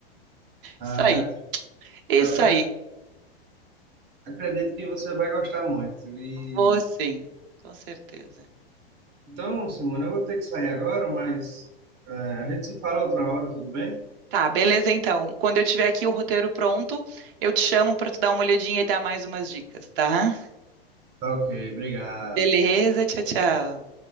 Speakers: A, on the right; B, on the right.
A: Ah,
B: Isso aí, isso
A: é. Eu- eu
B: aí.
A: acredito que você vai gostar muito. E,
B: Vou sim, com certeza.
A: então, Simone, eu vou ter que sair agora, mas é, a gente se fala outra hora, tudo bem?
B: Tá, beleza então. Quando eu tiver aqui o roteiro pronto, eu te chamo para tu dar uma olhadinha e dar mais umas dicas, tá?
A: Tá ok, obrigado.
B: Beleza, tchau, tchau.